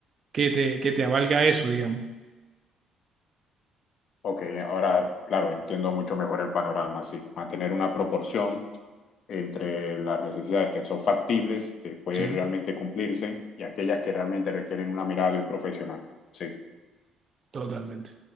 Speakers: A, on the right (about 40°); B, on the left (about 60°).
A: que te, que te avalga eso, digamos.
B: Ok, ahora, claro, entiendo mucho mejor el panorama, sí. Mantener una proporción entre las necesidades que son factibles, que pueden
A: Sí,
B: realmente cumplirse, y aquellas que realmente requieren una mirada de un profesional. Sí.
A: totalmente.